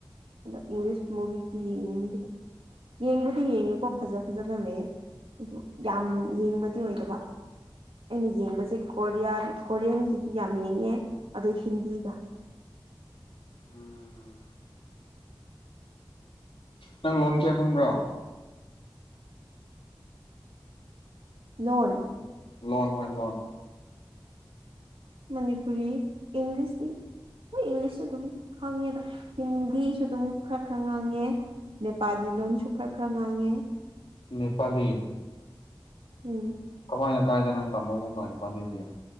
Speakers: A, on the right; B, on the left.
A: ꯗꯥ ꯏꯪꯂꯤꯁ ꯃꯨꯚꯤꯗꯤ ꯌꯦꯡꯅꯤꯡꯗꯦ ꯌꯦꯡꯕꯨꯗꯤ ꯌꯦꯡꯉꯦꯀꯣ ꯐꯖ ꯐꯖꯕ ꯂꯩꯌꯦ ꯑꯗꯨ ꯌꯥꯝ ꯌꯦꯡꯕꯗꯤ ꯑꯣꯏꯗꯕ ꯑꯩꯅ ꯌꯦꯡꯕꯁꯦ ꯀꯣꯔꯤꯌꯥ ꯀꯣꯔꯤꯌꯟꯒꯤꯗꯤ ꯌꯥꯝ ꯌꯦꯡꯉꯦ ꯑꯗꯣ ꯍꯤꯟꯗꯤ ꯗ
B: ꯎꯝ ꯅꯪ ꯂꯣꯟꯁꯦ ꯍꯪꯕ꯭ꯔꯣ
A: ꯂꯣꯟ
B: ꯂꯣꯟ ꯍꯥ ꯂꯣꯟ
A: ꯃꯅꯤꯄꯨꯔꯤ ꯏꯪꯂꯤꯁ ꯇꯤ ꯍꯣꯏ ꯏꯪꯂꯤꯁꯁꯨ ꯑꯗꯨꯝ ꯈꯪꯉꯦ ꯗ ꯍꯤꯟꯗꯤꯁꯨ ꯗꯨꯝ ꯈꯔ ꯈꯔ ꯉꯥꯡꯉꯦ ꯅꯦꯄꯥꯜꯂꯤ ꯂꯣꯟꯁꯨ ꯈꯔ ꯈꯔ ꯉꯥꯡꯉꯦ
B: ꯅꯦꯄꯥꯂꯤ
A: ꯎꯝ
B: ꯀꯃꯥꯏꯅ ꯀꯥꯏꯗꯅ ꯅꯪ ꯇꯝꯃꯨꯃꯨꯛ ꯀ ‌ꯅꯦꯄꯥꯂꯤꯗꯤ